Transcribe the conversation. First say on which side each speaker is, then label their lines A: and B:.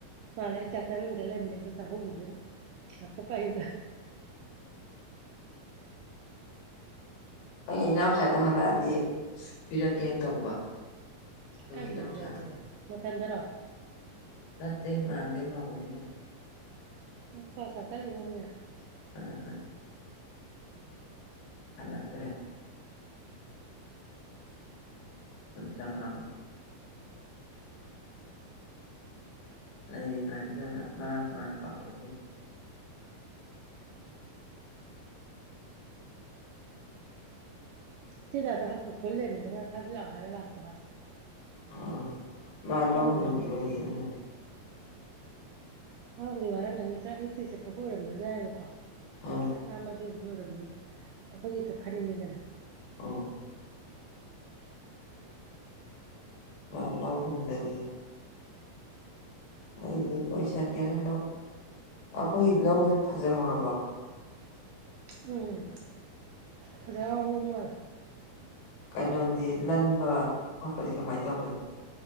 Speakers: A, on the right (about 80°); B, on the left (about 85°).
A: ꯃꯥꯂꯦ ꯑꯩ ꯆꯥꯛ ꯆꯥꯅꯤꯡꯗ ꯂꯩꯕꯅꯦ ꯑꯗꯨ ꯆꯥꯍꯧꯒꯤꯒꯦ ꯉꯛꯇ ꯄꯥꯢꯌꯨ ꯒꯥꯏ
B: ꯑꯩ ꯏꯅꯥꯎꯆꯥꯗꯣ ꯍꯜꯂꯛꯑꯗꯤ ꯄꯤꯔꯛꯀꯦ ꯇꯧꯕ ꯑꯗꯨꯒ
A: ꯀꯥꯏ
B: ꯏꯅꯥꯎꯆꯥꯗꯣ
A: ꯆꯠꯂꯤꯖꯥꯅꯣ ꯗꯨꯒ ꯃꯊꯟꯗꯔꯣ
B: ꯅꯠꯇꯦ ꯃꯣꯏꯔꯥꯡꯗꯩ ꯃꯧꯒꯅꯤ ꯀꯩꯅꯣ
A: ꯎꯝ <unintelligible>
B: ꯑꯣꯏꯔꯝꯒꯅꯤ ꯍꯜꯂꯛ ꯇ꯭ꯔꯦ <inaudible> <unintelligible> ꯂꯩꯔꯤꯉꯥꯏꯗꯨꯗꯅ ꯃꯔꯥꯡ ꯃꯔꯥꯡ ꯀꯥꯎꯊꯣꯛꯈꯤꯕ
A: <unintelligible> ꯍꯥꯞꯄꯨꯈꯨꯜ ꯂꯩꯔꯝꯃꯦ ꯉꯥ ꯐꯥꯖꯤ ꯂꯥꯛꯑꯣ ꯍꯥꯏꯔꯒ ꯂꯥꯛꯇꯕꯥꯅꯦ
B: ꯑ ꯃꯥ ꯂꯧ
A: ꯋꯥꯕꯨꯗꯤ
B: ꯍꯨꯜꯂꯝꯒꯤꯔꯣꯏꯌꯦ ꯑꯗꯨꯅꯅꯦ
A: ꯋꯥꯕꯨꯗꯤ ꯋꯥꯔꯝꯒꯅꯤ ꯆ ꯑꯌꯨꯛꯇꯒꯤ ꯆꯠꯄꯒ ꯑꯣꯏꯔꯝꯕꯁꯨ ꯌꯥꯏꯑꯕꯀꯣ
B: ꯑꯥ
A: ꯆꯥꯛ ꯂꯥꯝꯕꯒꯤꯕꯨꯗꯤ ꯑꯣꯏꯔꯝꯅꯦꯕ ꯑꯩꯈꯣꯏ ꯍꯦꯛꯇ ꯐꯅꯤꯡꯉꯤꯗꯅ
B: ꯑꯧ ꯃꯥ ꯂꯧꯍꯨꯟꯗꯔꯤ ꯑꯩꯗꯤ ꯂꯣꯏꯁꯤꯟꯒꯔꯦ ꯂꯧ ꯑꯩꯈꯣꯏꯒꯤ ꯂꯧꯗꯣ ꯐꯖꯍꯧꯔꯕꯣ
A: ꯎꯝ ꯐꯖ ꯍꯧꯕ ꯃꯥꯜꯂꯦ
B: ꯀꯩꯅꯣꯗꯤ ꯂꯟꯕ ꯈꯣꯠꯄꯗꯤ ꯀꯃꯥꯏ ꯇꯧꯒꯦ